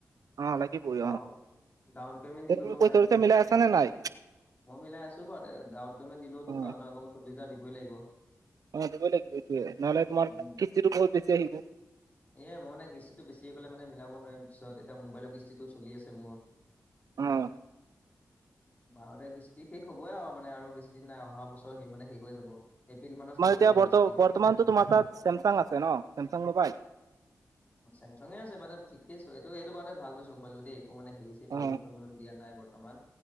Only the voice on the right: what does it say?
অ লাগিবই
এতিয়া
তুমি
পইচা চইচা মিলাই আছা নে নাই
অ
অঁ দিবই লাগিব, এইতোৱে। নহ'লে তোমাৰ
কিস্তিটো বহুত বেছি আহিব।
উম্
তোমাৰ
এতিয়া
বৰ্ত
বৰ্তমানতো তোমাৰ তাত চেমচাং আছে ন'? চেমচাং মোবাইল
অ